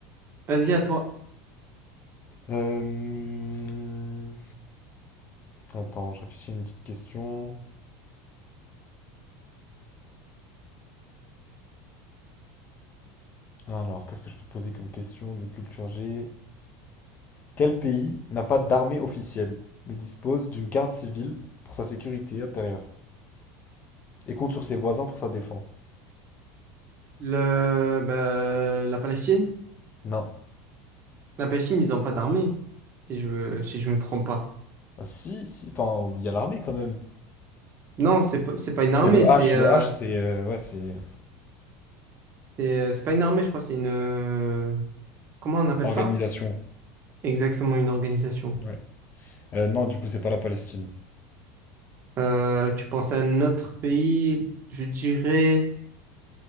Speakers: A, on the right; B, on the left.
A: Vas-y, à toi.
B: Euh, Attends, je réfléchis à une petite question. Alors, qu'est-ce que je peux te poser comme question de culture G? Quel pays n'a pas d'armée officielle, mais dispose d'une garde civile pour sa sécurité intérieure et compte sur ses voisins pour sa défense?
A: Le, bah, la Palestine?
B: Non.
A: La Palestine, ils n'ont pas d'armée, si je me, si je me trompe pas.
B: Ah, si, si, enfin, il y a l'armée quand même.
A: Non, c'est pas, c'est pas une
B: C'est
A: armée,
B: le H,
A: c'est euh,
B: le H, c'est euh, ouais, c'est
A: c'est euh, c'est pas une armée, je crois, c'est une... euh, Comment on appelle
B: organisation.
A: ça? Exactement, une organisation.
B: Ouais. Euh, non, du coup, c'est pas la Palestine.
A: Euh, tu penses à un autre pays, je dirais...